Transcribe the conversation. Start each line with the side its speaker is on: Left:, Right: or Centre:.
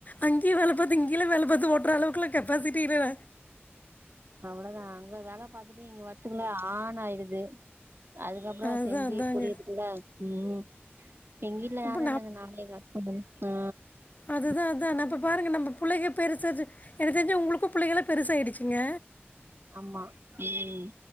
Left: அங்கியு வேல பாத்து இங்கிலா வேல பாத்து ஓட்ற அளவுக்குல கெப்பாசிட்டி இல்லல
Right: அவுளதா அங்க வேல பாத்துட்டு இங்க வர்த்துக்குள்ள ஆன் ஆய்டுது அதுக்கப்புறோ
Left: அதான்
Right: செஞ்சு
Left: அதாங்க
Right: முடியர்துகுல்ல ம் எங்வீட்ல
Left: அப்போ
Right: யாரு இல்லங்க நானு எங் ஹஸ்பண்டு மட்தா
Left: அதுதா அதான இப்ப பாருங்க நம்ம புள்ளைக பெருசாச்சு எனக் தெரிஞ்சு உங்ளுக்கு பிள்ளைகலா பெருசாய்டுச்சிங்க
Right: ஆமா ம்